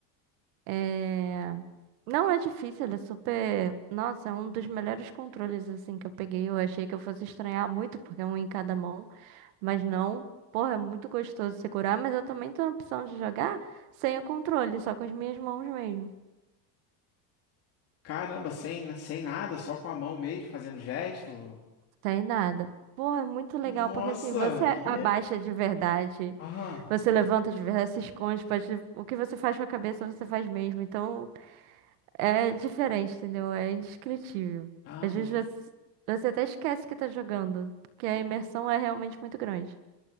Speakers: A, on the right; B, on the left.
A: É, Não é difícil, ele é super. Nossa, é um dos melhores controles assim que eu peguei. Eu achei que eu fosse estranhar muito porque é um em cada mão. Mas não, porra, é muito gostoso segurar, mas eu também tenho a opção de jogar sem o controle, só com as minhas mãos mesmo.
B: Caramba, sem, sem nada, só com a mão mesmo, fazendo gesto.
A: Sem nada. Porra, é muito legal,
B: Nossa,
A: porque assim, você
B: que.
A: abaixa de verdade,
B: Aham.
A: você levanta de verdade, se esconde, pode... o que você faz com a cabeça, você faz mesmo. Então, é diferente, entendeu? É indescritível.
B: Ah,
A: Às
B: muito,
A: vezes você, você até esquece que tá jogando, porque
B: pô,
A: a imersão é realmente muito grande.